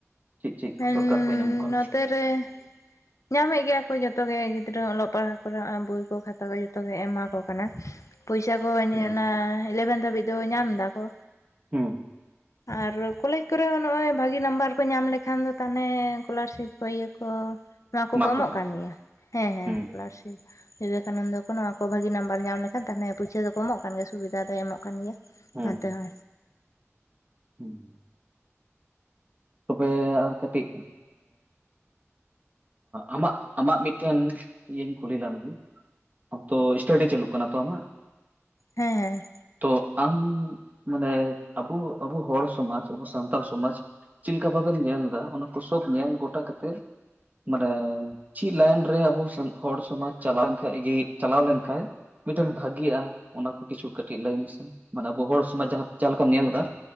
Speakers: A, on the right; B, on the left.
A: ᱪᱮᱫ ᱪᱮᱫ
B: ᱦᱮᱸ
A: ᱥᱚᱨᱠᱟᱨ ᱠᱷᱚᱱ ᱧᱟᱢᱚᱜ ᱠᱟᱱᱟ
B: ᱱᱚᱛᱮ ᱨᱮ ᱧᱟᱢᱮᱫ ᱜᱮᱭᱟ ᱠᱚ ᱡᱚᱛᱚᱜ ᱜᱮ ᱜᱤᱫᱽᱨᱟᱹ ᱚᱞᱚᱜ ᱯᱟᱲᱦᱟᱜ ᱠᱚᱨᱮ ᱵᱳᱭ ᱠᱚ ᱠᱷᱟᱛᱟ ᱠᱚ ᱡᱚᱛᱚᱜᱮ ᱮᱢᱟ ᱠᱚ ᱠᱟᱱᱟ ᱾ ᱯᱚᱭᱥᱟ ᱠᱚ
A: ᱦᱩᱸ
B: ᱚᱱᱟ ᱤᱞᱮᱵᱷᱮᱱ ᱫᱷᱟᱹᱵᱤᱡ ᱫᱚ ᱧᱟᱢ ᱫᱟᱠᱚ
A: ᱦᱩᱸ
B: ᱟᱨ ᱠᱚᱞᱮᱡᱽ ᱠᱚᱨᱮ ᱦᱚᱸ ᱱᱚᱜ ᱚᱭ ᱵᱷᱟᱜᱤ ᱱᱟᱢᱵᱟᱨ ᱠᱚ ᱧᱟᱢ ᱞᱮᱠ ᱮᱱᱠᱷᱟᱱ ᱫᱚ ᱛᱟᱦᱚᱞᱮ ᱮ ᱠᱚᱞᱟᱨᱥᱤᱯ ᱠᱚ ᱤᱭᱟᱹ ᱠᱚ ᱚᱱᱟ ᱠᱚ
A: ᱮᱢᱟ
B: ᱠᱚ ᱮᱢᱚᱜ
A: ᱠᱟᱱᱟ
B: ᱠᱟᱱ
A: ᱠᱚ
B: ᱜᱮᱭᱟ ᱦᱮᱸ ᱦᱮᱸ
A: ᱦᱩᱸ
B: ᱥᱠᱚᱞᱟᱨᱥᱤᱯ ᱵᱤᱵᱮᱠᱟᱱᱚᱱᱫᱚ ᱠᱚ ᱱᱚᱣᱟ ᱠᱚ ᱵᱷᱟᱹᱜᱤ ᱱᱟᱢᱵᱟᱨ ᱧᱟᱢ ᱞᱮᱠᱷᱟᱱ ᱛᱟᱦᱚᱞᱮ ᱯᱩᱭᱥᱟᱹ ᱫᱚ ᱠᱚᱢᱚᱜ ᱠᱟᱱ ᱜᱮᱭᱟ ᱥᱩᱵᱤᱫᱟ ᱫᱚᱭ ᱮᱢᱚᱜ ᱠᱟᱱ ᱜᱮᱭᱟ᱾
A: ᱦᱩᱸ
B: ᱱᱚᱛᱮ ᱦᱳ
A: <inaudible> ᱛᱚᱵᱮ ᱟᱨ ᱠᱟᱹᱴᱤᱡ ᱟᱢᱟᱜ ᱟᱢᱟᱜ ᱢᱤᱫᱴᱮᱱ ᱤᱭᱟᱹᱧ ᱠᱩᱞᱤ ᱞᱮᱢᱜᱮ ᱟ ᱛᱚ ᱥᱴᱟᱰᱤ ᱪᱟᱹᱞᱩᱜ ᱠᱟᱱᱟ᱾ ᱛᱚ ᱟᱢᱟᱜ
B: ᱦᱮᱸ
A: ᱛᱚ ᱟᱢ ᱢᱟᱱᱮ ᱟᱵᱚ ᱟᱵᱚ ᱦᱚᱲ ᱥᱚᱢᱟᱡᱽ ᱟᱵᱚ ᱥᱟᱱᱛᱟᱞ ᱥᱚᱢᱟᱡᱽ ᱪᱮᱫ ᱞᱮᱠᱟ ᱵᱷᱟᱵᱮᱢ ᱧᱮᱞ ᱮᱫᱟ ᱚᱱᱟ ᱠᱚ ᱥᱚᱵ ᱧᱮᱞ ᱜᱚᱴᱟ ᱠᱟᱛᱮᱜ ᱢᱟᱱᱮ ᱪᱮᱫ ᱞᱟᱭᱤᱱ ᱨᱮ ᱟᱵᱚ ᱦᱚᱲ ᱥᱚᱢᱟᱡᱽ ᱪᱟᱞᱟᱣ ᱠᱷᱟᱱ ᱜᱮ ᱪᱟᱞᱟᱣ ᱞᱮᱱᱠᱟᱱᱡ ᱢᱤᱫᱴᱮᱱ ᱵᱷᱟᱜᱤᱜᱼᱟ ᱚᱱᱟ ᱠᱚ ᱠᱤᱪᱷᱩ ᱠᱟᱹᱴᱤᱡ ᱞᱟᱹᱭ ᱢᱮᱥᱮ ᱢᱟᱱᱮ ᱟᱵᱚ ᱦᱚᱲ ᱥᱚᱢᱟᱡᱽ ᱡᱟᱦ.. ᱡᱟᱦᱟᱸ ᱞᱮᱠᱟᱢ ᱧᱮᱞ ᱮᱫᱟ